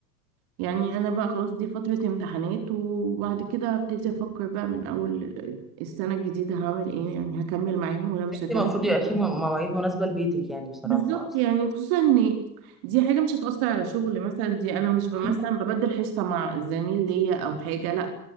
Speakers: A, on the right; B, in the centre.
A: يعني انا بقى خلاص دي فتره امتحانات وبعد كده ابتدي افكر بقى من اول السنه الجديده هعمل ايه يعني هكمل معاهم ولا مش
B: انتي
A: هكمل
B: المفروض يبقى في مواعيد مناسبه لبيتك يعني بصراحه
A: بالظبط
B: اصلا
A: يعني خصوصا ان دي حاجة مش هتأثر على شغل مثلا دي انا مش ب-
B: مم.
A: مثلا ببدل حصة مع زميل ليا او حاجة لا